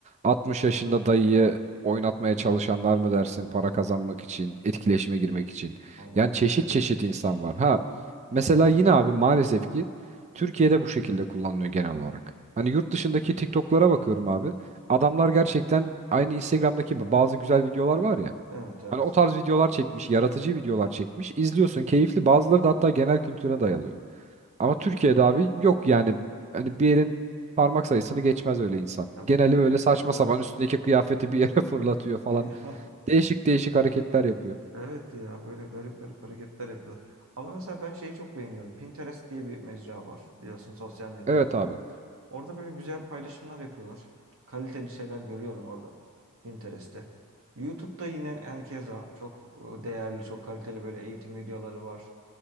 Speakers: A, on the right; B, on the right.
A: 60 yaşında dayıyı oynatmaya çalışanlar mı dersin para kazanmak için, etkileşime girmek için?
B: Allah
A: Yani
B: Allah.
A: çeşit çeşit insan var. Ha mesela yine abi maalesef ki Türkiye'de bu şekilde kullanılıyor genel olarak. Hani yurt dışındaki TikTok'lara bakıyorum abi. Adamlar gerçekten aynı Instagram'daki bazı güzel videolar var ya.
B: Evet evet.
A: Hani o tarz videolar çekmiş, yaratıcı videolar çekmiş. İzliyorsun keyifli. Bazıları da hatta genel kültüre dayalıyor. Ama Türkiye'de abi yok yani. Hani bir yerin parmak sayısını geçmez öyle insan.
B: Ya
A: Geneli
B: ben
A: öyle saçma
B: evet.
A: sapan üstündeki kıyafeti bir yere <laughs> fırlatıyor falan.
B: <laughs>
A: Değişik değişik hareketler yapıyor.
B: Evet ya böyle garip garip hareketler yapıyorlar. Ama mesela ben şeyi çok beğeniyorum. Pinterest diye bir mecra var biliyorsun sosyal medyada.
A: Evet abi.
B: Orada böyle güzel paylaşımlar yapıyorlar. Kaliteli şeyler görüyorum orada Pinterest'te. YouTube'da yine yani keza çok e, değerli, çok kaliteli böyle eğitim videoları var.